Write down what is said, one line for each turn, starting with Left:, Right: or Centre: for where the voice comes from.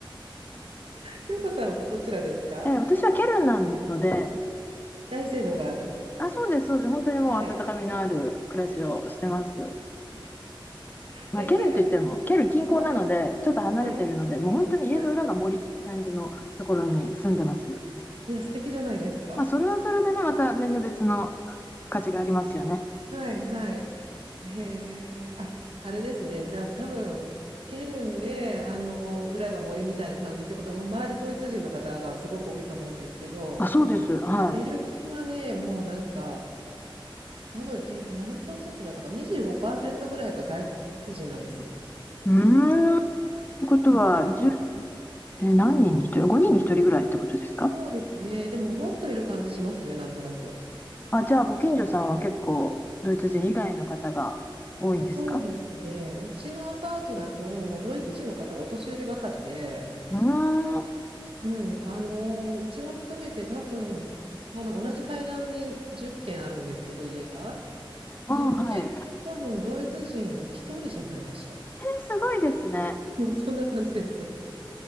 Right: 京子さんはどちらですか
Left: え、私はケルンなので、
Right: 大聖堂がある。
Left: あ、そうです、そうです。本当にもう温かみのある暮らしをしてます。
Right: はい。
Left: まあ、
Right: え、
Left: ケルンといっても、
Right: ケル
Left: ケルン近郊なので、
Right: ン、はい、
Left: ちょっと離れてるので、
Right: はい。
Left: もう本当に家の裏が森って感じのところに住んでます。
Right: はいいや、素敵じゃないですか。
Left: まあ、それはそれでね、また全然別の価値がありますよね。
Right: はいはい。へえ。あ、あれですね。じゃあ多分、ケルンで、あの、裏が森みたいな感じってことは、もう周りドイツ人の方がすごく多いと思うんですけど、
Left: あ、そうです。はい。
Right: ベルリンはね、もうなんか、多分、えっと、何パーセントだったか、25%ぐらいが外国人なんですよ。
Left: うーん。ってことは、1え、何人に1人 ?5 人に1人ぐらいってことですか
Right: そうですね。でも、もっといる感じしますね、なんとなく。
Left: あ、じゃあ、ご近所さんは結構、ドイツ人以外の方が多いんですか
Right: そうですね。うちのアパートだと、もうドイツ人の方はお年寄りばかりで、
Left: うーん、あ、
Right: うん、あのーうちも含めて多分あの同じ階段に10軒あるんですけど家が
Left: はい。
Right: 10軒中多分ドイツ人1人じゃないかしら
Left: えーすごいですね。
Right: うん <laughs> そんな感じです